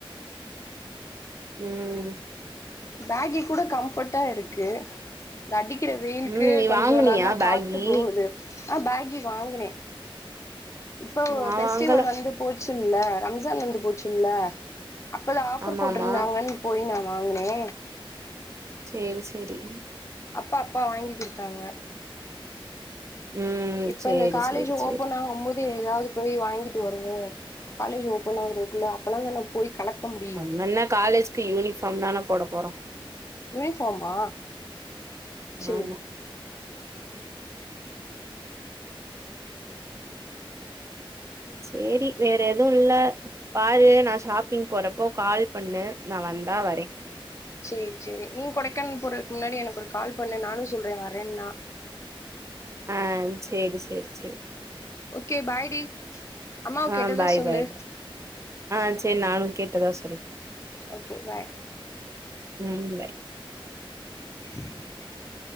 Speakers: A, on the right (about 30°); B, on the left (about 30°).
A: உம்
B: பேகி கூட கம்ஃபர்ட்டா இருக்கு இந்த அடிக்கிற வெயிலுக்கு
A: ம் நீ
B: கொஞ்சு
A: வாங்குனியா
B: நல்லா
A: பேகி
B: காத்து போகுது ஆ பேகி வாங்குனே இப்போ
A: நா
B: ஃபெஸ்டிவல்
A: வாங்கல
B: வந்து போச்சுல்ல ரம்ஜான் வந்து போச்சுல்ல அப்பதா ஆஃபர்
A: ஆமாமா
B: போட்டிருந்தாங்கன்னு போய் நா வாங்கனே
A: சேரி செரி
B: அப்ப அப்பா வாங்கி குடுத்தாங்க
A: ம்
B: இப்ப
A: சேரி
B: இந்த காலேஜ்
A: சேரி சேரி
B: ஓபன் ஆகும்போது செரி எதாவது போய் வாங்கிட்டு வருவோ காலேஜு ஓபன் ஆகறதுக்குள்ள அப்பனா தான போய் கலக்கமுடி
A: நம்ம என்ன காலேஜுக்கு யூனிஃபார்ம் தான போட போறோ
B: யூனிஃபார்மா சேரி
A: ஆமா சேரி வேற எதுவு இல்ல பாரு நா ஷாப்பிங் போறப்ப கால் பண்ணு நா வந்தா வரே
B: சேரி சேரி நீ கொடைக்கானல் போறதுக்கு முன்னாடி எனக்கு ஒரு கால் பண்ணு நானு சொல்றே வரேன்னா
A: ஆ சேரி சேரி சேரி
B: ஓகே பை டீ அம்மாவ
A: ஆ
B: கேட்டதா
A: பாய்
B: சொல்லு
A: பாய் பாய் ஆ செரி நானு கேட்டதா சொல்ற
B: ஓகே பை
A: உம் பை
B: <inaudible>